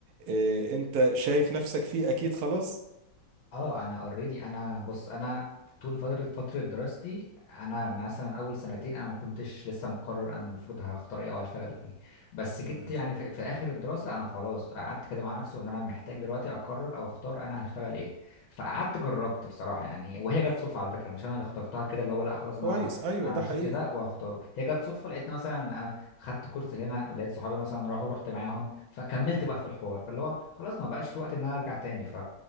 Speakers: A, on the right (about 75°); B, on the left (about 80°).
A: آه، انت شايف نفسك فيه اكيد خلاص
B: اه انا اوريدي انا بص انا طول فتره فتره دراستي انا مثلا اول سنتين انا ما كنتش لسه مقرر انا المفروض هختار ايه او هشتغل ايه بس جيت
A: تمام
B: يعني في, في اخر الدراسه انا خلاص قعدت كده مع نفسي وان انا محتاج دلوقتي اقرر او اختار انا هشتغل ايه فقعدت جربت بصراحه يعني وهي جت صدفه على فكره مش انا اللي اخترتها كده اللي هو لا خلاص
A: كويس
B: انا
A: ايوه
B: انا
A: ده
B: شفت
A: حقيقي
B: ده وهختاره هي جت صدفه لقيت مثلا انا خدت كورس هنا لقيت صحابي مثلا راحوا رحت معاهم فكملت بقى في الحوار فاللي هو خلاص ما بقاش في وقت ان انا ارجع تاني ف